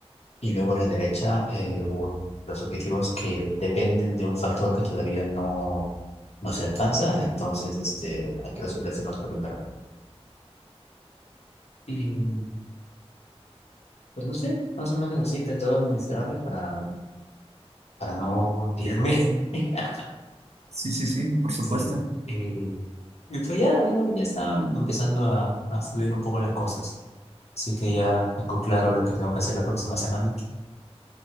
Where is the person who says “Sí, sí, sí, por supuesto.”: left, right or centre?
Right